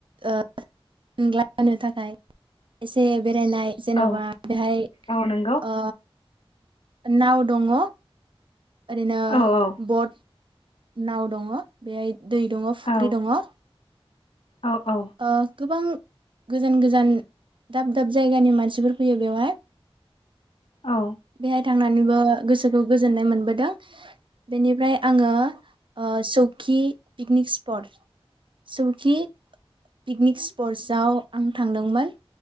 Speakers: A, on the right; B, on the left.
A: ओह ग्लाय होनो थाखाय <unintelligible> दे बेरायनाय जेनबा
B: औ
A: बेहाय
B: औ नंगौ
A: अ नाव दङ ओरैनो
B: औ औ
A: बत नाव दङ बे दै दङ फुख्रि
B: औ
A: दङ
B: औ औ
A: ओ गोबां। गोजान गोजान दाब दाब जायगानि मानसिफोर फैयो बेवहाय ।
B: औ
A: बे थांनानैबो गोसोखौ गोजोननाय मोनबोदों । बेनिफ्राय आङो ओ सौखि पिकनिक स्पत सौखि पिकनिक स्पर्साव आं थांदोंमोन।